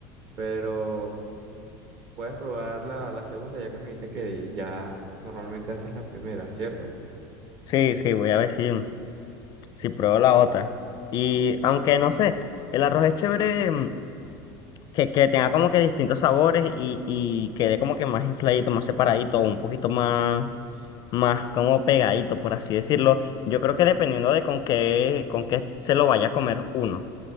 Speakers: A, on the right; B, on the left.
A: pero puedes probar la, la segunda, ya que me dijiste que ya normalmente haces la primera, ¿cierto?
B: Sí, sí, voy a decir. si pruebo la otra. Y aunque no sé, el arroz es chévere mm, que, que tenga como que distintos sabores y, y quede como que más infladito, más separadito, un poquito más, más como pegadito, por así decirlo. Yo creo que dependiendo de con qué, con qué se lo vaya a comer uno.